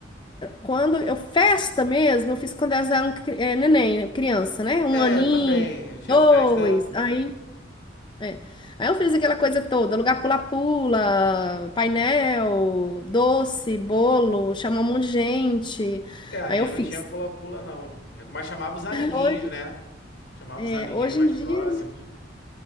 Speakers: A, on the left; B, on the left.
A: Quando eu festa mesmo, eu fiz quando elas eram cri- é, neném, né, criança, né? Um
B: É,
A: aninho,
B: eu também. Eu tinha
A: dois,
B: festa.
A: aí, é. Aí eu fiz aquela coisa toda, lugar pula-pula, painel, doce, bolo, chamou um monte de gente.
B: É, a
A: Aí
B: minha
A: eu fiz.
B: não tinha pula-pula, não. Mas chamava os amiguinhos,
A: Hoje,
B: né? Chamava
A: é,
B: os amiguinhos
A: hoje
B: mais
A: em dia,
B: próximos.
A: né?